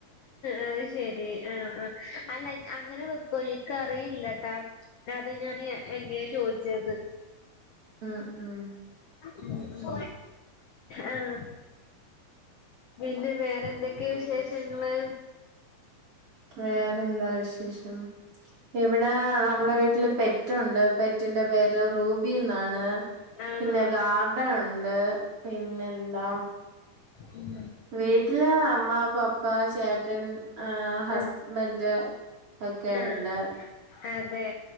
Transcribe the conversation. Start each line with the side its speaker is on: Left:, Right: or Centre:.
Left: അത് ശെരി. ആഹ് ആഹ് അല്ല അങ്ങനെ വെക്കോ ഇക്ക് അറീല്ലട്ട അത് ഞാൻ എങ്ങെയാ ചോയ്ച്ചത്.
Right: ഉം ഉം
Left: ഉം ആഹ്. പിന്നെ വേറെന്തക്കയാ വിശേഷങ്ങള്.
Right: വേറെന്താ വിശേഷം. ഇവടെ നമ്മളെ വീട്ടില് പെറ്റൊണ്ട്. പെ റ്റിന്റെ പേര് റൂബി ഇന്നാണ്
Left: ആണോ
Right: പിന്നെ ഗാർ ഡൻ ഇണ്ട് പിന്നെ എന്താ.
Left: ഉം
Right: വീട്ടില് അമ്മ, പപ്പ, ചേട്ടൻ, ആഹ് ഹസ്ബൻ്റ്,
Left: ആ
Right: ഒക്കെ
Left: ആ
Right: ഇണ്ട്.
Left: അതെ